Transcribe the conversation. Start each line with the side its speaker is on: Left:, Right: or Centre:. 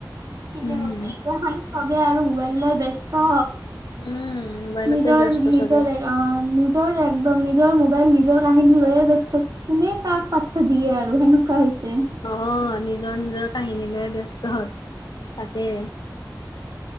Right: ঠিকে
Left: উম
Right: কৈছা এতিয়া চবে আৰু মোবাইল লৈ ব্যস্ত
Left: উম মোবাইলতে
Right: নিজৰ
Left: ব্যস্ত
Right: নিজৰ
Left: চবে
Right: অ নিজৰ একদম নিজৰ মোবাইল নিজৰ কাহিনী লৈয়ে ব্যস্ত কোনে কাক পাত্তা দিয়ে আৰু সেনেকুৱা হৈছে
Left: নহয় নিজৰ নিজৰ কাহিনী লৈয়ে ব্যস্ত তাকে